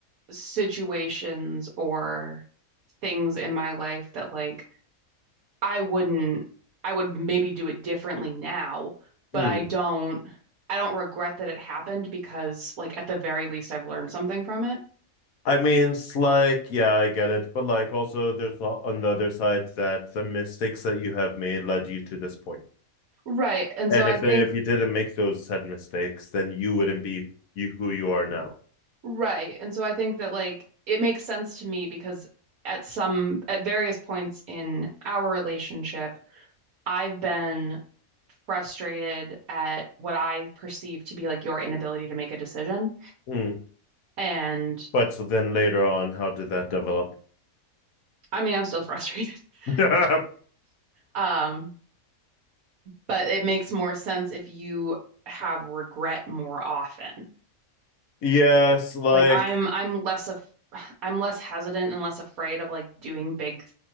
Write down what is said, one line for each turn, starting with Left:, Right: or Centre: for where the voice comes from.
Right: situations or things in my life that like I wouldn't, I would maybe do it differently now, but
Left: Mm.
Right: I don't, I don't regret that it happened because like at the very least I've learned something from it.
Left: I mean, it's like, yeah, I get it, but like also there's a- on the other side that the mistakes that you have made led you to this point.
Right: Right. And
Left: And
Right: so I
Left: if
Right: think
Left: they, if you didn't make those said mistakes, then you wouldn't be you who you are now.
Right: Right. And so I think that like it makes sense to me because at some at various points in our relationship, I've been frustrated at what I perceive to be like your inability to make a decision.
Left: Mm.
Right: And
Left: But so then later on, how did that develop?
Right: I mean, I'm still frustrated. <laughs>
Left: <laughs>
Right: Um, but it makes more sense if you have regret more often.
Left: yes, like
Right: Like I'm I'm less of <sighs> I'm less hesitant and less afraid of like doing big